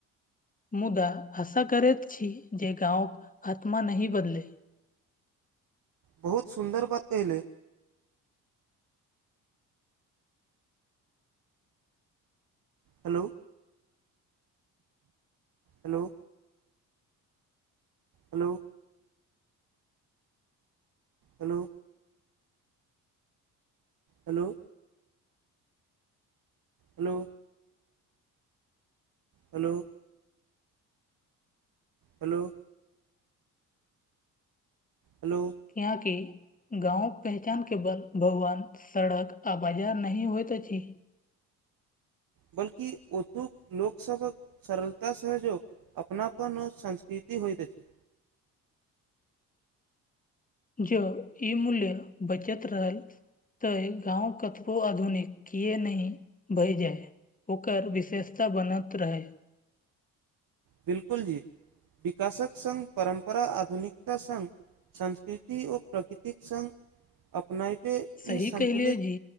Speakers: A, on the left; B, on the right.
A: मुदा अशा करैैत छी जेे गाँवक आत्म नहि बदल
B: बहुत सुन्दर बात है hello hello hello hello hello hello hello hello hello
A: यहाँके गाँवके पहचान के बल भवन सड़क आ बाजार नहि होइत अछि
B: बल्कि ओतौ लोक सबक सलता सहयोग अपनापन संस्कृति होइ द छै
A: जँ ई मूल्य बचैत रहल तऽ गाँव कतबो आधुनिक किए नही भय जाय ओकर विशेषता बनैत रहै
B: बिलकुल जी विकासक संग परम्परा आधुनिकता संग संस्कृति ओ प्रकृतिक संग अपनायबे
A: सही
B: ई सन्तुलित
A: कहलियै जी,